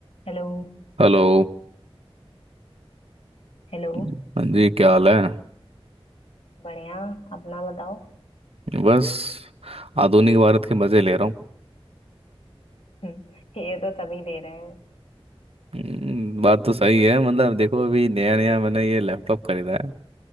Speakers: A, on the left (about 80°); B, on the right (about 75°).
A: Hello
B: Hello
A: Hello
B: हाँ जी क्या हाल है
A: बढ़िया अपना बताओ
B: बस आधुनिक भारत के मज़े ले रहा हूँ
A: हम्म, ये तो सभी दे रहे हैं
B: हम्म, बात तो सही है मतलब देखो अभी नया नया मैंने ये लैपटॉप खरीदा है